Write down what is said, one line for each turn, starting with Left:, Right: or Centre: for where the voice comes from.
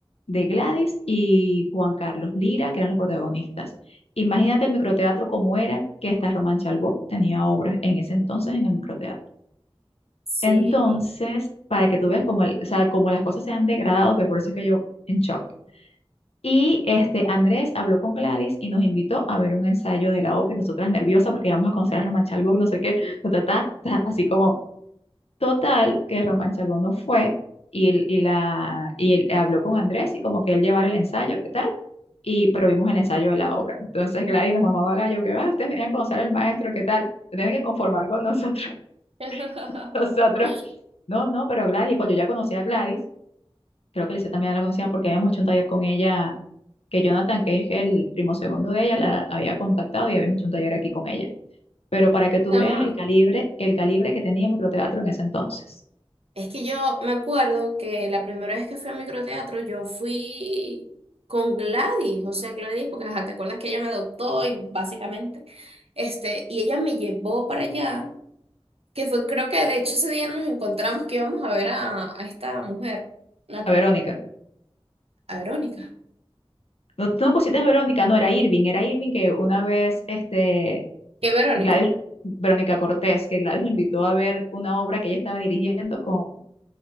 Left: de Gladys y Juan Carlos Lira, que eran los protagonistas. Imagínate el microteatro como era, que esta Román Chalbó tenía obras en ese entonces en el microteatro.
Right: sí.
Left: Entonces, para que tú veas cómo, el- o sea, cómo las cosas se han degradado, que por eso es que yo en shock. Y este Andrés habló con Gladys y nos invitó a ver un ensayo de la obra y nosotras nerviosas porque íbamos a conocer a Román Chalbaud, no sé qué, ta, ta, ta, ta, así como total que Román Chalbaud no fue y, él- y la y él habló con Andrés y como que él llevara el ensayo, ¿qué tal? Y pero vimos el ensayo de la obra. Entonces Gladys nos mamaba gallo, que va, ustedes venían a conocer al maestro, ¿qué tal? Se tienen que conformar con nosotros. <laughs>
Right: <laughs>
Left: Nosotros, no, no, pero Gladys, y cuando yo ya conocía a Gladys, creo que Lisa también la conocía porque habíamos hecho un taller con ella que Jonathan, que es el primo segundo de ella, la había contactado y habíamos hecho un taller aquí con ella. Pero para que tú
Right: Chama.
Left: veas el calibre, el calibre que tenía microteatro en ese entonces.
Right: Es que yo me acuerdo que la primera vez que fui a microteatro, yo fui con Gladys, o sea, Gladys, porque ajá, te acuerdas que ella me adoptó y básicamente, este, y ella me llevó para allá, que fue, creo que de hecho ese día nos encontramos que íbamos a ver a, a esta mujer, Natalie,
Left: A Verónica.
Right: a Verónica.
Left: No, no cositas Verónica, no, era Irving, era Irving que una vez, este,
Right: ¿Qué Verónica?
Left: Gladys, Verónica Cortés, que Gladys le invitó a ver una obra que ella estaba dirigiendo con,